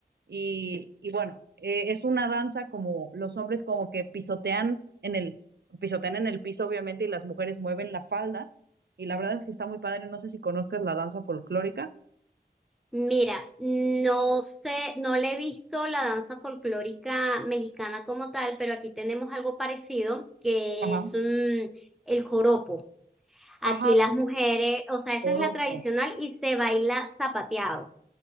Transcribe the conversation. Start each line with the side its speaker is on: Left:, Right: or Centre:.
Right: y, y bueno, eh, es una danza como los hombres como que pisotean en el, pisotean en el piso obviamente y las mujeres mueven la falda. Y la verdad es que está muy padre. No sé si conozcas la danza folclórica.
Centre: Mira, no sé, no le he visto la danza folclórica mexicana como tal, pero aquí tenemos algo parecido que
Right: Ajá,
Centre: es un- el joropo. Aquí
Right: ajá,
Centre: las mujeres, o sea, esa
Right: poroto.
Centre: es la tradicional y se baila zapateado,